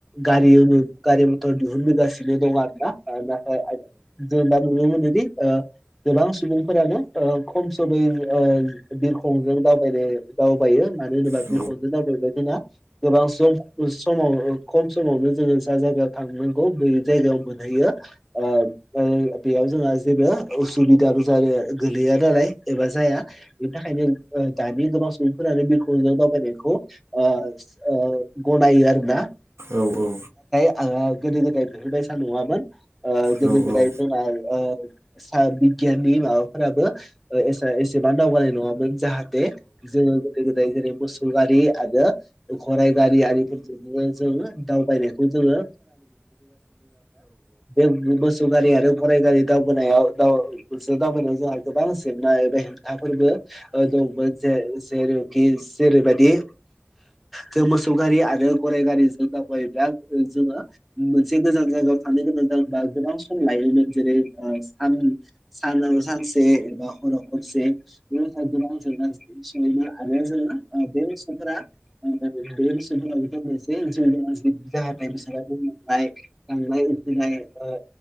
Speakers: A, in the centre; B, on the right.
A: गारि गारि मथर दिहुनबोगासिनो दं आरो ना। नाथाय जों दा नुनो मोनोदि ओ गोबां सुबुंफोरानो ओ खम समै ओ बिरखंजों दावबायनो दावबायो। मानो होनोबा
B: औ
A: बिरखंजों <unintelligible> गोबां खम समाव खम समावनो जोङो जा जायगायाव थांनांगौ बै जायगायाव मोनहैयो। ओ बेयाव जोंहा जेबो उसुबिदाबो जाया गोग्लैया नालाय एबा जाया बिनि थाखायनो ओ दानि गोबां सुबुंफोरानो बिरखंजों दावबायनायखौ ओ ओ गनायो आरोना।
B: औ औ।
A: आङो गोदो गोदाय बिफोर बायदिसा नङामोन गोदो
B: नोंथाङा
A: गोदाय जोंना ओ <unintelligible> बिगियाननि माबाफोराबो ओ एसे एसेबां दावगानाय नङामोन जाहाथे जोङो गोदो गोद जेरै मोसौ गारि आरो गराइ गारि आरिफोरजों जोंङो दावबायनायखौ जोङो <unintelligible> मोसौ गारि आरो गराय गारि दावबोनायाव दाव <unintelligible> जोंहा गोबां जेंना एबा हेंथाफोरबो दंमोन जे जेरावखि जेरैबायदि जों मोसौ गारि आरो गराइ गारिजों दावबायोब्ला जोङो मोनसे गोजान जायगायाव थां <unintelligible> गोबां सम लायोमोन जेरै ओ सान सानाव सानसे एबा हराव हरसे बे गोबां जेंना जेंसियैनो आरो जोङो बे मोसौफोरा <unintelligible> गांनाय उखैनाय ओ